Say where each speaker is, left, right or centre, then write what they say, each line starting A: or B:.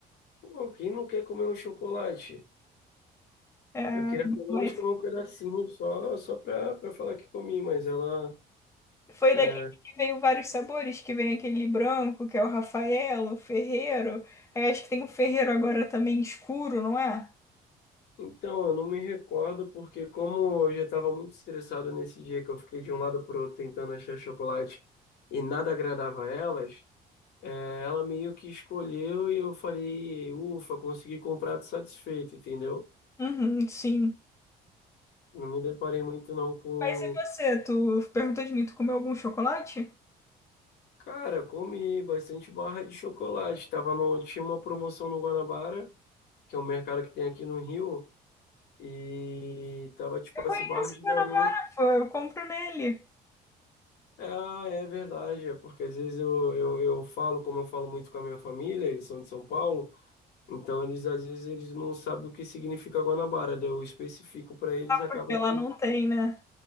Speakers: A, on the left; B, on the left.
A: Pô, quem não quer comer um chocolate?
B: É,
A: Eu queria pelo menos
B: mas.
A: comer um pedacinho só, só para para falar que comi, mas ela
B: Foi
A: eh,
B: daquele que veio vários sabores, que vem aquele branco, que é o Rafaelo, o Ferreiro. Aí acho que tem o Ferreiro agora também escuro, não é?
A: Então, eu não me recordo porque como eu já estava muito estressado nesse dia que eu fiquei de um lado pro outro tentando achar chocolate e nada agradava a elas, eh, ela meio que escolheu e eu falei, ufa, consegui comprar tô satisfeito, entendeu?
B: Uhum, sim.
A: Não me deparei muito não com...
B: Mas e você? Tu perguntou de mim, tu comeu algum chocolate?
A: Cara, comi bastante barra de chocolate. Tava no... Tinha uma promoção no Guanabara, que é um mercado que tem aqui no Rio, e tava tipo
B: Eu conheço
A: assim, barra de garoto.
B: meu namorado, pô, eu compro nele.
A: Ah, é verdade, é porque às vezes eu, eu, eu falo, como eu falo muito com a minha família, eles são de São Paulo, então eles às vezes eles não sabem o que significa Guanabara, daí eu especifico para eles e acaba
B: Porque
A: que,
B: lá não tem, né?